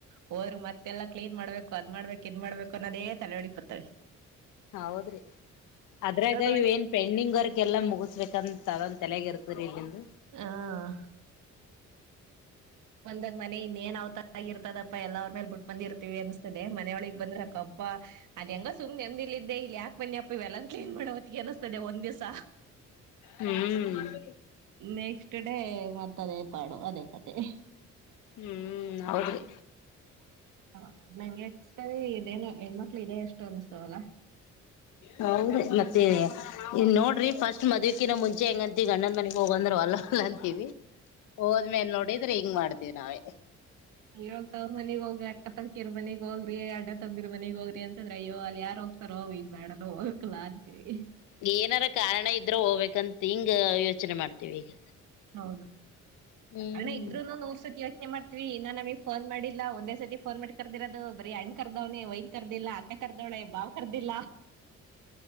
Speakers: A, on the right; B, on the left.
A: ಅವೋರು ಮತ್ತೆಲ್ಲ ಕ್ಲೀನ್ ಮಾಡ್ಬೇಕು ಅದ್ ಮಾಡ್ಬೇಕು ನ್ ಮಾಡ್ಬೇಕು ಅನ್ನೋದೇ ತಲೆ ಹೊಡಿ ಬತವಿ
B: ಹೌದ್ರಿ ಅದ್ರಾಗ
A: ಹೋಯ್ತು
B: ಇವ ಏನ್ ಪೆಂಡಿಂಗ್ ವರ್ಕ್ ಎಲ್ಲಾ ಮುಗಸ್ಬೇಕಂತದ ತಲಯಗ ಇರ್ತರಿ ಇಲ್ಲಿಂದ
A: ಹಾ ಒಂದಾಗ ಮನೆ ಇನ್ನೇನ್ ಅವತ ಆಾಗಿ ಇರ್ತದಪ್ಪ ಎಾ ಅವ್ರ ಮೇಲೆ ಬಿಟ್ ಬಂದಿರ್ತತಿವಿ ಅನಸ್ತಿದೆ ಮನೆೊಳಿಿಗೆ ಬಂದ್ರಕ್ಕಪ್ಪಾ ಅದ ಹೆಂಗ ಸು್ ನೆಮ್ದಿಿಲ್ಲ ಇದೆ ಇಲ್ಲಿ ಯಾಕಕ್ ಬನ್ನಿಪ್ಪ ಇವೆಲ್ಲಾ ಕ್ಲೀನ್ ಮಾಡವ ಅನಿಸ್ತದೆ ಒಂದ್ ದಿವಸ
B: ಹ್ಮ್
A: ನೆಕ್ಸ್ಟ್ ಡೇ ಮತ್ತೆ ತದೇ ಪಾಡು ಅದೇ ಕತೆೆ
B: ಹ್ಮ್ ಹೌದ್ರಿ
A: ಹ ನಂಗೆ ಎತ ಇದೇನು ಹೆಣ್ಮಕ್ಳ ಇದೆ ಎಷ್ಟು ಅನ್ಸ್್ತವಲ್ಲ
B: ಹೌದ ಮತ್ತೇ ಇ ನೋಡರಿ ಫಸ್ಟ್ ಮದ್ಕಿಾ ಮುಂಚೆ ಹೆಂಗಂತಿ ಗಂಡಂದ ಮನೆಗ್ ಹೋಗಂದ್ವಲ್ಲ ಂತೀವಿ ಹೋದ್ಮೇಲ್ ನೋಡಿದ್ರೆ ಹಿಂಗ ಮಾಡ್ತೀವಿ ನಾವೇ
A: ಇವಾಗ ತಾವ ಮನಗ ಹೋಗಿ ಅಕ್ಕತಕಿರ್ ಮನಗ್ ಹೋಗ್ರಿ ಎ ಎ ತಗ್ದಿರ್ ಮನೆಗ್ ಹೋಗ್ರಿ ಅಂತಂದ್ರ ಅಯ್ಯೋ ಅಲ್ಲಿ ಯಾರ ಹೋಗ್ತಾರೋ ಈಗ ಬೇಡ ಹೋಗಕ್ಲ ಅಂತೀರಿ
B: ಏನಾರ ಕಾರಣ ಇದ್ರೆ ಹೋಗ್ಬೇಕಂತ ಹಿಂಗ ಯೋಚನೆ ಮಾಡ್ತೀವಿ ಈಗ
A: ಹೌದು
B: ಹ್ಮ್
A: ಅಣೆ ಇದ್ರಂದ ನೂರ್ ಸತಿ ಯ ಏನ್ ಮಾಡ್ತತಿವಿ ಇನ್ನ ನಮ ಫೋನ್ ಮಾಡಿಲ್ಲ ಒಂದೇ ಸತಿ ಫೋನ್ ಮಾಡಿ ಕರ್ದಿರದು ಬರಿ ಅಣ್ಣ ಕರ್ದವ್ನೆ ಒಯನ್ ಕರ್ಿಲ್ಲ ಆ ಕರ್ದೋಳೆ ಬಾವ್ ಕರ್ದಿಲ್ಲಾ